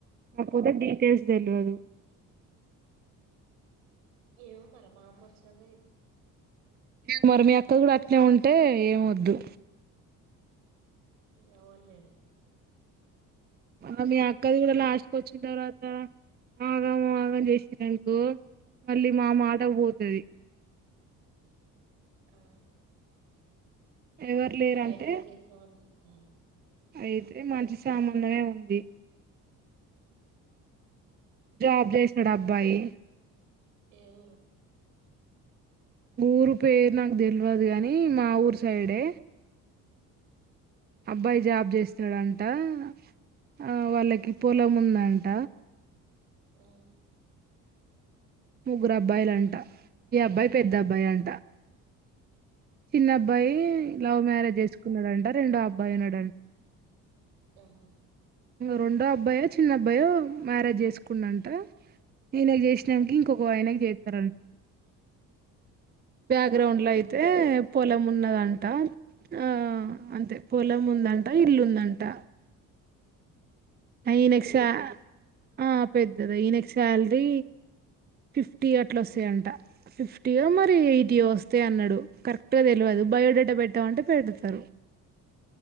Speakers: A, on the right; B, on the right.
A: కాకపోతా డీటెయిల్స్ తెల్వదు
B: ఏమ మర మాఅమ్మ వచ్చినంగా
A: మరి మీ అక్క కూడా అట్నే ఉంటే ఏమొద్దు
B: ఎవ్వలు లేరు
A: అ మీ అక్కది కూడా లాస్ట్క వచ్చిన తర్వాత ఆగం ఆగం చేసిర్రు మళ్ళీ మా మాట పోతది
B: ఆ
A: ఎవరు లేరంటే
B: బయటల్లోకి ఇస్తమని చెప్తారు
A: అయితే మంచి సంబంధమే ఉంది జాబ్ చేస్తాడు అబ్బాయి
B: ఏ ఊరు
A: ఊరు పేరు నాకు తెలవదు గాని మా ఊరు సైడే అబ్బాయి
B: ఆ
A: జాబ్ చేస్తాడంట ట ఆ వాళ్ళకి పొలం ఉందంట
B: ఆ
A: ముగ్గురు అబ్బాయిలు అంట ఈ అబ్బాయి పెద్ద అబ్బాయి అంట చిన్న అబ్బాయి
B: అవునా
A: లవ్ మ్యారేజ్ చేసుకున్నాడంట రెండో అబ్బాయి ఉన్నాడంట
B: ఆహా
A: రెండో అబ్బాయో చిన్న అబ్బాయో మ్యారేజ్ చేసుకుండు అంట ఈయనకి చేసినాకి ఇంకొక ఆయనకి చేత్తరంట బ్యాక్ గ్రౌండ్
B: ఆ,
A: లో అయితే పొలము ఉన్నదంట ఆ అంతే పొలము ఉందంట ఇల్లుందంట
B: ఇల్లు
A: ఈయనకి
B: పెద్దదేనా
A: శా ఆ పెద్దదే ఈయనకు శాలరీ ఫిఫ్టీ అట్లా వస్తాయంట ఫిఫ్టీయో మరి ఎయిర్టియో వస్తాయన్నాడు అన్నాడు కరెక్ట్గా తెలవదు బయోడేటా పెట్టమంటే పెడతరు